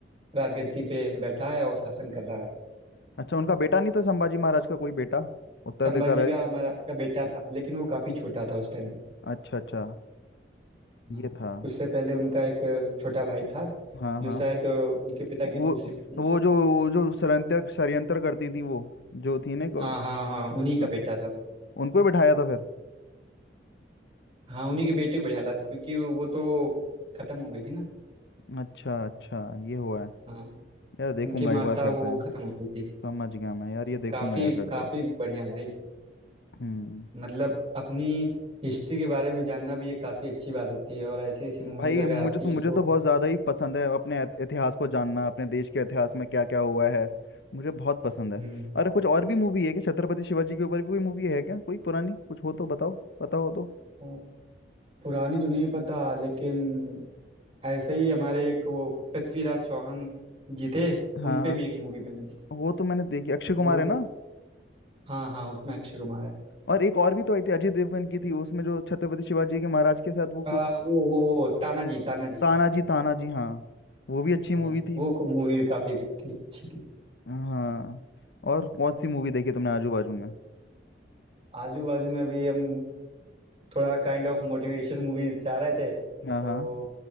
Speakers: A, on the right; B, on the left.
A: राजगद्दी पे बैठा है और शासन कर रहा है
B: अच्छा उनका बेटा नहीं था संभाजी महाराज का कोई बेटा उत्तराधिकारी
A: संभाजी का हमारा का बेटा था लेकिन वो काफ़ी छोटा था उस टाइम पे
B: अच्छा अच्छा ये
A: हाँ
B: था
A: उससे पहले उनका एक छोटा भाई था
B: हाँ
A: जो
B: हाँ
A: शायद अ, उनके पिता
B: वो
A: की दूसरी पत्नी
B: वो
A: से
B: जो
A: था
B: वो जो षड्यंत्र षड्यंत्र करती थी वो जो थी ना को-
A: हाँ हाँ हाँ उन्हीं का
B: हाँ
A: बेटा था वो
B: उनको ही बिठाया था फिर
A: हाँ उन्हीं के बेटे को बैठाला था क्योंकि वो तो खत्म हो गई थी ना
B: अच्छा अच्छा ये हुआ है
A: हाँ
B: यार देखूंगा
A: उनकी
B: एक
A: माता
B: बार फिर
A: वो
B: से
A: खत्म हो गई थी
B: समझ गया मैं यार ये देखूंगा
A: काफ़ी
B: यार फिर
A: काफ़ी
B: तो
A: बढ़िया भाई
B: हम्म
A: मतलब अपनी हिस्ट्री के बारे में जानना भी एक काफ़ी अच्छी बात होती है और ऐसी ऐसी मूवीज़
B: भाई
A: अगर
B: मुझे
A: आती
B: तो मुझे
A: हैं तो
B: तो बहुत ज़्यादा ही पसंद है अपने ऐत- इतिहास को जानना अपने देश के इतिहास में क्या क्या हुआ है मुझे बहुत पसंद है
A: हम्म
B: अरे कुछ और भी मूवी है क्या छत्रपति शिवाजी के ऊपर भी कोई मूवी है क्या कोई पुरानी कुछ हो तो बताओ पता हो तो
A: अ, पुरानी तो नहीं पता लेकिन ऐसे ही हमारे एक वो पृथ्वीराज चौहान जी थे
B: हाँ
A: उन पे
B: हाँ
A: भी एक मूवी बनी थी
B: वो तो मैंने देखी अक्षय कुमार
A: वो
B: है ना
A: हाँ हाँ उसमें अक्षय कुमार है
B: और एक और भी तो आई थी अजय देवगन की थी उसमें जो छत्रपति शिवाजी के महाराज के साथ वो
A: अ,
B: कुछ
A: वो वो वो तानाजी तानाजी
B: तानाजी तानाजी हाँ वो भी अच्छी
A: हाँ
B: मूवी थी
A: वो को मूवी काफ़ी थी अच्छी थी
B: हाँ और कौन सी मूवी देखी तुमने आजू बाजू में
A: आजू बाजू में अभी हम थोड़ा काइंड ऑफ मोटिवेशन मूवीज जा रहे थे तो
B: हाँ हाँ